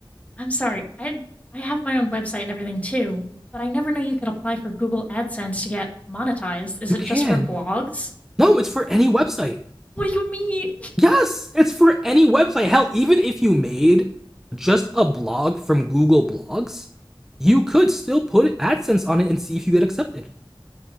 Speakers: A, on the left (about 15°); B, in the centre.
A: I'm sorry. I I have my own website and everything too, but I never knew you could apply for Google AdSense to get monetized. Is
B: You
A: it
B: can.
A: just for blogs?
B: No, it's for any website.
A: What do you mean?
B: Yes, it's for any website. Hell, even if you made just a blog from Google Blogs, you could still put AdSense on it and see if you get accepted.